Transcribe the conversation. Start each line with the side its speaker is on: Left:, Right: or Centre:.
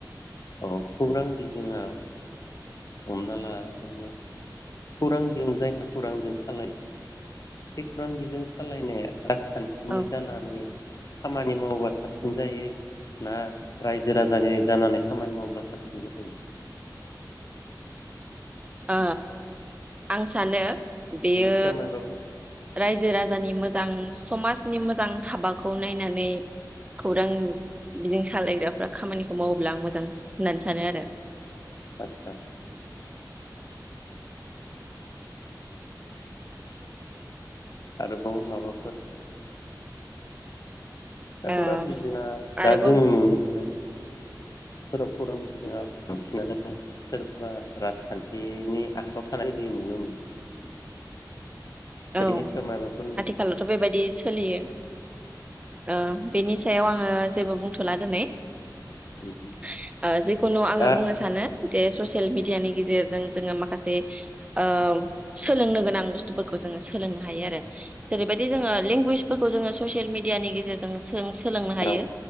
Left: औ खौरां बिजोङा हमना ला ओ खौरां बिजों जायफोर खौरांजों सालायो बे खौरां बिजों सालायनाया राज खानथिनि
Right: औ
Left: जानानै खामानि मावबासो साबसिन जायो ना रायजो राजानि जानानै खामानि मावोब्ला साबसिन जायो?
Right: ओ आं सानो बेयो
Left: बेनि सायाव माबाफोर
Right: रायजो राजानि मोज मोजां समाजनि मोजां हाबाखौ नायनानै खौरां बिजों सालायग्राफ्रा खामानिखौ मावोब्ला आं मोजां होननानै सानो आरो।
Left: आतसा <inaudible> आरोबाव माबाफोर? दा खौरां
Right: ओ
Left: बिजोङा
Right: आरोबाव
Left: दा जों नुनो मोननाय फोराव खौरां जोंहा बांसिनानो सोरबा राजखान्थिनि आखायाव थानाय बादि नुनो मोनो। दा
Right: औ
Left: बेनि सायाव माबाफोर
Right: आथिखालावथ' बेबायदि सोलियो। ओ बेनि सायाव आङो जेबो बुंथ'ला दोनै।
Left: बुंगोन
Right: <unintelligible> ओ जिखुनु आङो
Left: दा
Right: बुंनो सानो जे ससियेल मिडियानि गेजेरजों जोङो माखासे ओ सोलोंनो गोनां बुस्थुफो खौ जोंङो सोलोंनो हायो आरो जेरैबायदि जोङो लेंगुइस फोरखौ जोंङो ससियेल मिडियानि गेजेरजों सो जों सोलोंनो हायो।
Left: राव